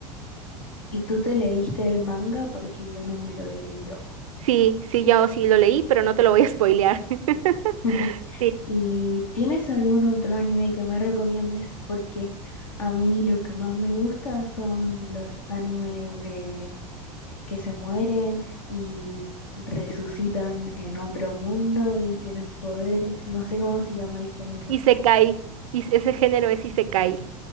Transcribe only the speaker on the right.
Sí, sí, yo sí lo leí, pero no te lo voy a spoilear. <laughs>
Sí,
Isekai. Y ese género es Isekai.